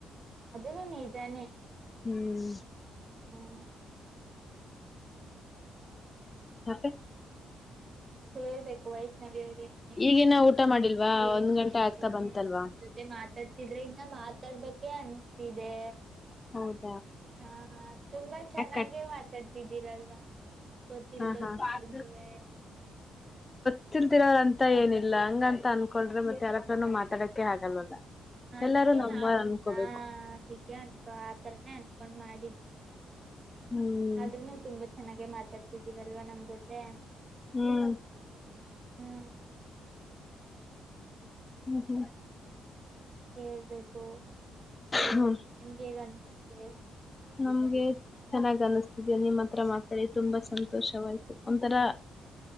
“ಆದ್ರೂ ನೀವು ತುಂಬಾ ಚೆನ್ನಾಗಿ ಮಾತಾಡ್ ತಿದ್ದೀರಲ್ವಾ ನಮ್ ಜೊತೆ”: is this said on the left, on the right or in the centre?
Right